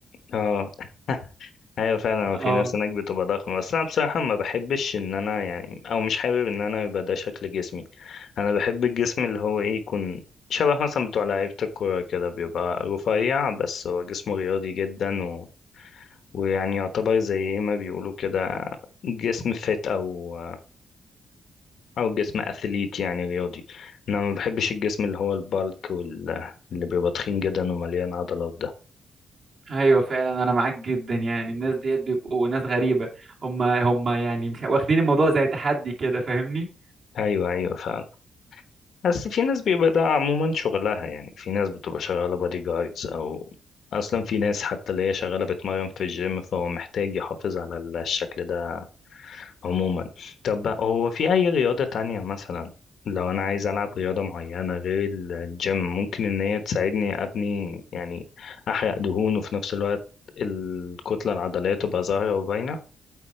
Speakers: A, on the left (about 60°); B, on the right (about 45°).
A: اه ايوه فعلا
B: اه
A: في ناس هناك بتبقى ضخمه بس انا بصراحه ما بحبش ان انا يعني او مش حابب ان انا يبقى ده شكل جسمي انا بحب الجسم اللي هو ايه يكون شبه مثلا بتوع لعيبه الكوره كده بيبقى رفيع بس هو جسمه رياضي جدا و... ويعني يعتبر زي إيه ما بيقولوا كده جسم فت او او جسم اثليت يعني رياضي انا ما بحبش الجسم اللي هو البالك وال... اللي بيبقى تخين جدا ومليان عضلات ده
B: ايوه فعلا انا معاك جدا يعني الناس ديت بيبقوا ناس غريبة هم هم يعني مش واخدين الموضوع زي تحدي كده فاهمني
A: ايوه ايوه فعلا. بس في ناس بيبقى ده عموما شغلها يعني في ناس بتبقى شغالة بادي جاردز أو أصلا في ناس حتى اللي هي شغالة بتمرن في الجيم فهو محتاج يحافظ على الشكل ده عموما طب هو في أي رياضة تانية مثلا لو أنا عايز ألعب رياضة معينة غير الجيم ممكن إن هي تساعدني أبني يعني أحرق دهون وفي نفس الوقت الكتلة العضلية تبقى ظاهرة وباينة